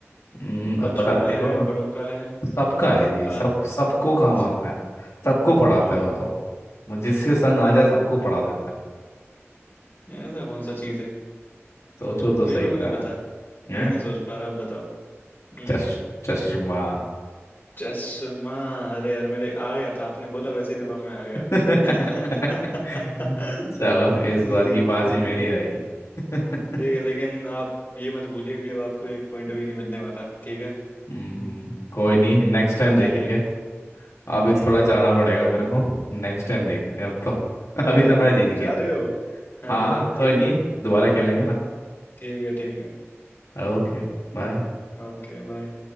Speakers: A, on the left; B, on the left.
A: हम्म,
B: बच्चों
A: अब बता
B: का है
A: देखो
B: बड़ों का है
A: सबका है जी सब
B: आद
A: सबको काम
B: अच्छा
A: आता है सबको पढ़ाता
B: ओ
A: है वो तो जिसके संग आ जाए सबको पढ़ा देता है
B: ऐसा कौन सा चीज है
A: सोचो तो
B: मेरे
A: सही
B: को
A: सारा
B: नहीं पता मैं
A: हैं?
B: नहीं सोच पा रहा आप बताओ हम्म
A: चश चश्मा
B: चश्मा अरे यार मेरे आ गया था आपने बोला वैसे ही दिमाग में आ गया
A: <laughs>
B: <laughs>
A: चलो इस बार
B: लेकिन
A: की बाजी मेरी रही <laughs>
B: ठीक है लेकिन आप ये मत भूलिए कि अब आपको एक पॉइंट भी नहीं मिलने वाला ठीक है
A: हम्म कोई नहीं नेक्स्ट टाइम
B: बताइए
A: देखेंगे अभी
B: हम्म
A: तो थोड़ा जाना पड़ेगा मेरे को नेक्स्ट टाइम देखते हैं अब तो <laughs>
B: अरे
A: अभी
B: यार
A: तो मैं जीत गया
B: जा रहे हो
A: हाँ
B: अरे
A: हाँ
B: यार
A: कोई
B: ठीक
A: नहीं
B: है
A: दोबारा खेलेंगे ना
B: ठीक है ठीक है
A: Okay bye
B: Okay bye